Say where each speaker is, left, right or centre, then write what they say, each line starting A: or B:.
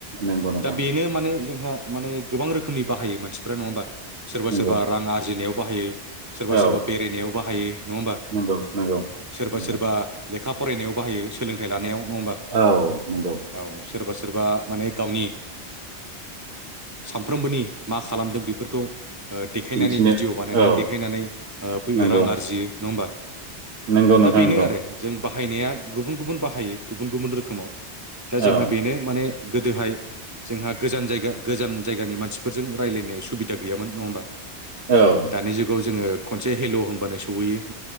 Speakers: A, on the right; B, on the right.
A: नंगौ नोंथां
B: दा बेनो माने जोंहा माने। गोबां रोखोमनि बाहायो मानसिफ्रा नङा हबा सोरबा
A: नंगौ
B: सोरबा रां आरजिनायाव बाहायो। सोरबा
A: औ
B: सोरबा बेरायनायाव बाहायो नङा होमबा
A: नंगौ नंगौ
B: सोरबा
A: नंगौ
B: सोरबा
A: नोंथां
B: लेखा। फरायनायाव बाहायो सोलोंथाइ लानायाव। नङा होमबा
A: औ नंगौ।
B: औ सोरबा सोरबा माने गावनि सानफ्रोमबोनि मा खालामदों बेफोरखौ। देखायनानै
A: दिन्थिनो
B: भिडिअ बानायनानै
A: औ
B: देखायनानै बो
A: नंगौ
B: रां आरजियो नङाहोमबा?
A: नंगौ
B: दा
A: नोंथां
B: बेनो
A: नंगौ
B: आरो जों बाहायनाया गुबुन गुबुन बाहायो गुबुन गुबुन रोखोमाव दा जोंहा
A: औ
B: बेनो माने गोदोहाय जोंहा गोजान जायगा गोजान जायगानि मानसिफोरजों। रायज्लायनो सुबिदा गैयामोन नङा होमबा
A: औ
B: दानि जुगाव जोङो खनसे हेल' होनबानो सहैयो